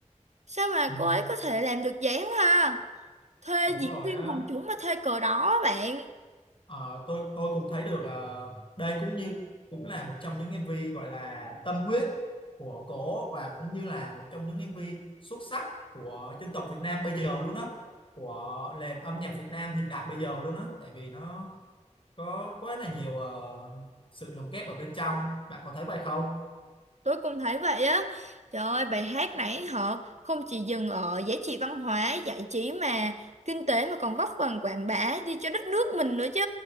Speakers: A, on the right; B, on the left.
A: Sao mà
B: ừ,
A: cô ấy có thể làm được vậy không ha? Thuê
B: đúng
A: diễn
B: rồi
A: viên
B: á
A: quần chúng mà thuê cờ đó á bạn.
B: Ờ, tôi tôi cũng thấy được ờ, đây cũng như cũng là một trong những em MV gọi là tâm huyết của cổ và cũng như là một trong những em MV xuất sắc của dân tộc Việt Nam bây giờ luôn á của nền âm nhạc Việt Nam hiện đại bây giờ luôn á tại vì nó có quá là nhiều ờ, sự lồng ghép ở bên trong bạn có thấy vậy không?
A: Tôi cũng thấy vậy á. Trời ơi, bài hát nãy họ không chỉ dừng ở giá trị văn hóa, giải trí mà kinh tế mà còn góp phần quảng bá đi cho đất nước mình nữa chứ.